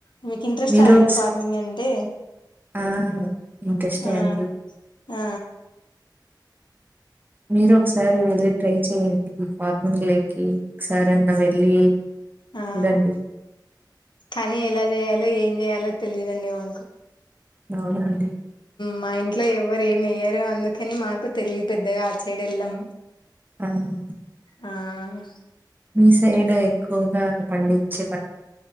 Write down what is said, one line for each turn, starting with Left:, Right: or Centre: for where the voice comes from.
Left: మీక్ ఇంట్రెస్ట
Right: మీరు
Left: అండి,
Right: ఒకసారి
Left: ఫార్మింగ్ అంటే?
Right: ఆ ఇంట్రెస్టే
Left: ఆ
Right: అండి.
Left: ఆ
Right: మీరు ఒకసారి వెళ్ళి ట్రై చెయండి, ఫార్మింగ్ లేకి ఒక్కసారన్న వెళ్ళి.
Left: ఆ,
Right: చూడండి
Left: కానీ జేయాలో, ఏం జేయాలో తెలిదండి మా.
Right: అవునా అండి.
Left: మా ఇంట్లో ఎవరు ఏయ్యారూ, అందుకని మాకు తెలిదు, పెద్దగా ఆట్ సైడ్ ఎళ్ళం.
Right: ఆమ్.
Left: ఆ ఆ.
Right: మీ సైడ్ ఎక్కువగా, పండించ్చే